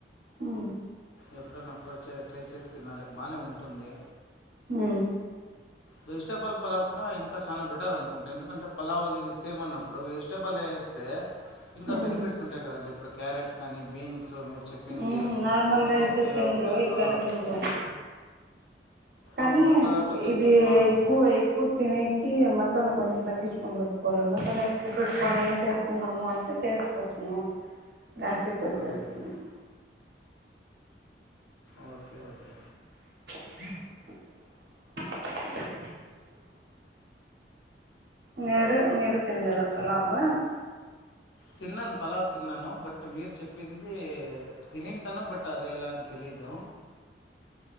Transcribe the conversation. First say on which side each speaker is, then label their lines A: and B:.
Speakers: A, on the right; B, on the left.
A: ఉ
B: ఎప్పుడనన్న అప్పుడు వచ్చి ట్రై చేసి తినాలి బాగానే ఉంటుంది
A: ఉ
B: వెజిటబుల్ పలావ్ కూడా ఇంకా చానా పెట్ టారు అనుకుంట ఎందుకంటే పలావ్ అది ఏమన్నప్పుడు వెజిటబుల్ స్తే ఇంకా
A: మ్మ్
B: బెనిఫిట్స్ ఉంటాయి కదండి ఇప్పుడు క్యారెట్ కానీ బీన్ సో మీరు చెప్పింది
A: మ్మ్ నార్మల్గా
B: ఇంకొకటి
A: అయితే తినరు
B: అంతా
A: ఇట్లనే
B: ఆ
A: తింటారు కానీ
B: అవును అట్లా దాంట్లో తింటే
A: ఇది
B: బాగుంటుంది
A: ఎక్కువ ఎక్కువ్ తిని మసాలా కొంచెం తగ్గించుకొని పెట్టుకోవాలి మసాలా ఎక్కువ పెట్టుకొని చేేసుకున్నాము అంటే టేస్ట్ కోసము. గ్యాస్ట్రిక్ వచ్చేస్తుంది
B: అదే అదే ఓకే ఓకే
A: <inaudible> నేను మీరు తినలేదా
B: చూ
A: పలావ్
B: తిన్నాను పలావ్ తిన్నాను బట్ మీరు చెప్పింది తిని ఉంటాను బట్ అది ఎలా తెలీదా.